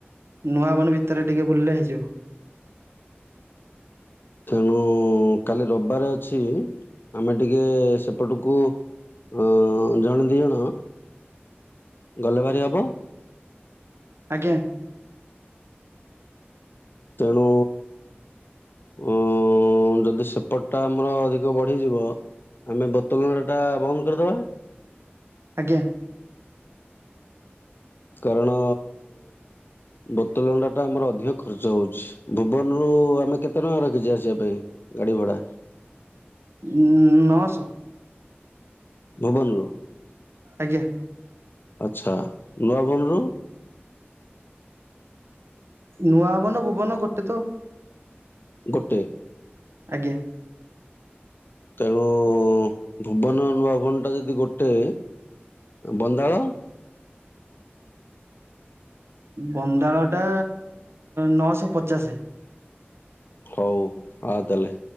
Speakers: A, on the right; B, on the left.
A: ନୂଆବନ ଭିତରେ ଟିକେ ବୁଲିଲେ ହେଇଯିବ।
B: ତେଣୁ କାଲି ରବିବାର ଅଛି ଆମେ ଟିକେ ସେପଟକୁ ଅ ଜଣେ ଦି ଜଣ ଗଲେ ବାରି ହବ।
A: ଆଜ୍ଞା।
B: ତେଣୁ ଅ ଯଦି ସେପଟ ଟା ଆମର ଅଧିକ ବଢିଯିବ ଆମେ ବୋତଲରା ଟା ବନ୍ଦ କରିଦବା।
A: ଆଜ୍ଞା।
B: କାରଣ ବୋତଲଣ୍ଡା ଟା ଆମର ଅଧିକ ଖର୍ଚ୍ଚ ହଉଛି, ଭୁବନରୁୁ ଆମେ କେତେ ଟଙ୍କା ରଖିଛେ ଆସିବା ପାଇଁ? ବଡ଼ା?
A: ଉଁ ନଅଶହ।
B: ଭୁବନରୁ?
A: ଆଜ୍ଞା।
B: ଆଛା, ନୂଆଭୁବନରୁ?
A: ନୂଆ ହବନ ଭୁବନ ଗୋଟେ ତ।
B: ଗୋଟେ?
A: ଆଜ୍ଞା।
B: ତେଣୁ ଭୁବନ, ନୂଆ ଭୁବନ ଟା ଯଦି ଗୋଟେ ବନ୍ଦାଳ?
A: ବନ୍ଦାଳ ଟା ନଅଶହ ପଚାଶେ।
B: ହଉ ଆ ତାହଲେ।